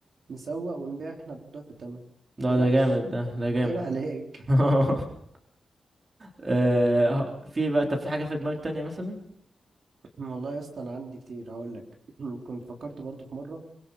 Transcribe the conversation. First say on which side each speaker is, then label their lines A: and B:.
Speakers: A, on the right; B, on the right.
A: نسوق ونبيع احنا بضعف التمن
B: ده
A: متقلقش
B: ده جامد ده ده جامد
A: عيب عليك
B: <laughs> آه، في بقى طب في حاجة في دماغك تانية مثلا
A: <laughs> والله يا اسطى انا عندي كتير هقول لك <clears throat> كنت فكرت برضو في مره